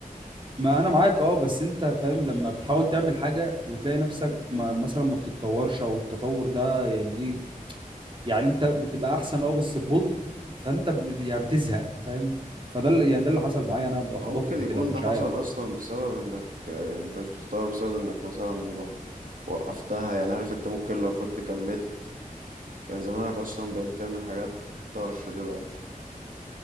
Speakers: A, on the right (about 35°); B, on the right (about 70°).
A: ما انا معاك اه بس انت فاهم لما بتحاول تعمل حاجه وتلاقي نفسك ما مثلا ما بتتطورش او التطور ده يعني ايه يعني انت بتبقى احسن اه بس ببطء فانت ب... يعني بتزهق فاهم فده اللي يعني ده اللي حصل معايا انا احبطت
B: ما ممكن
A: كده
B: يكون
A: مش
B: ده حصل
A: عارف
B: اصلا بسبب انك يعني انت مش بتتطور بسبب انك مثلا و- وقفتها يعني عارف انت ممكن لو كنت كملت كان زمانك اصلا بقيت تعمل حاجات طرش دلوقتي